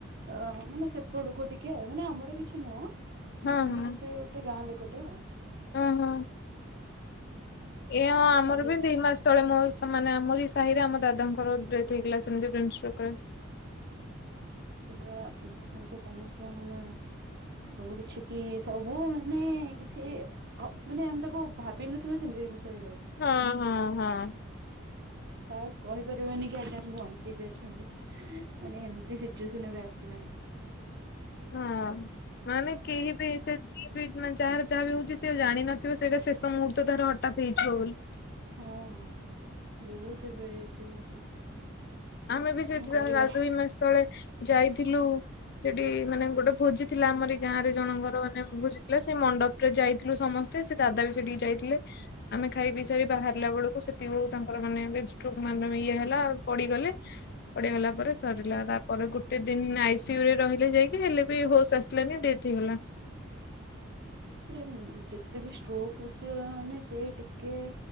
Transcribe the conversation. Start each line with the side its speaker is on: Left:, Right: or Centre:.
Right: ଅ ମାନେ ସେପଟକୁ ଟିକେ ଆଉ ମାନେ ଆମର କିଛି ନୁହଁ।
Left: ହଁ
Right: ମାନେ
Left: ହଁ
Right: ସେ ଗୋଟେ ଗାଁ ଲୋକଟେ ଆଉ।
Left: ଓହୋ ଏ ଆମର
Right: ଆଜି
Left: ବି ଦି ମାସ। ତଳେ ମୋ ସେମାନେ ଆମରି ସାହିରେ ଆମ ଦାଦାଙ୍କ ଡେଥ ହେଇଗଲା ସେମିତିରେ।
Right: ସେ ପା ଏବେ ତ ସମସ୍ତ ମାନେ ସବୁ କିଛି କି ସବୁ ମାନେ କିଛି ଅ ମାନେ ଆମେ ତାକୁ ଭାବିିନଥିବା ସେମିତି ଜିନିଷ ହେଇଯାଉଛି।
Left: ହଁ-ହଁ-ହଁ।
Right: କାହାକୁ କହିପାରିବାନି କି ଆଜି ଆମେ ବଞ୍ଚିକି ଅଛନ୍ତି। ମାନେ ଏମିତି ସିଚୁଏସନ ଏବେ ଆସିଲାଣି।
Left: ହଁ। ମାନେ କେହି ବି ସେ ଯିଏ ବି ମାନେ ଯାହାର ଯାହା ବି ହଉଛି ସେ ଜାଣିିନଥିବ ସେଇଟା ଶେଷ ମୁହୂର୍ତ୍ତ ତାର ହଠାତ୍ ହେଇଯିବ ବୋଲି।
Right: ହଁ ବହୁତ ଏବେ ଏକେ ହଉଛି।
Left: ଆମେ ବି
Right: କଣ
Left: ସେଠି
Right: କରିବା
Left: ତାଙ୍କ ଦୁଇ ମାସ ତଳେ ଯାଇଥିଲୁ। ସେଇଠି ମାନେ ଗୋଟେ ଭୋଜି ଥିଲା ଆମର ଏଇ ଗାଁ ରେ ଜଣଙ୍କର ମାନେ ଭୋଜିଥିଲା ସେ ମଣ୍ଡପ ରେ ଯାଇଥିଲୁ ସମସ୍ତେ। ସେ ଦାଦା ବି ସେଠିକି ଯାଇଥିଲେ ଆମେ ଖାଇ ପିଇସାରି ବାହାରିଲା ବେଳକୁ ସେ ସେତିକି ବେଳକୁ ତାଙ୍କର ମାନେ ବ୍ରେନଷ୍ଟ୍ରୋକ ମାନେ ଇଏ ହେଲା ଆଉ ପଡିଗଲେ।
Right: <inaudible>
Left: ପଡି ଗଲା ପରେ ସରିଲା ତାପରେ ଗୋଟେ ଦିନ ଆଇସିୟୁ ରେ ରହିଲେ ଯାଇକି ହେଲେ ବି ହୋସ୍ ଆସିଲାନି ଡେରି ହେଇଗଲା।
Right: ଆରେ ଯେତେ ବି ଷ୍ଟ୍ରୋକ ଆସିବ ସେ ଟିକେ